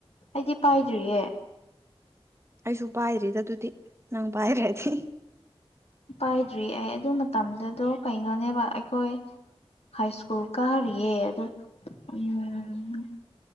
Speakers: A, on the left; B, on the right.
A: ꯑꯩꯗꯤ ꯄꯥꯏꯗ꯭ꯔꯤꯌꯦ
B: ꯑꯩꯁꯨ ꯄꯥꯏꯗ꯭ꯔꯤꯗ ꯑꯗꯨꯗꯤ ꯅꯪ ꯄꯥꯏꯈ꯭ꯔꯗꯤ
A: ꯄꯥꯏꯗ꯭ꯔꯤ ꯑꯩ ꯑꯗꯨ ꯃꯇꯝꯗꯨꯗꯣ ꯀꯩꯅꯣꯅꯦꯕ ꯑꯩꯈꯣꯏ ꯍꯥꯏ ꯁ꯭ꯀꯨꯜ ꯀꯥꯔꯤꯌꯦ ꯑꯗꯨ ꯎꯝ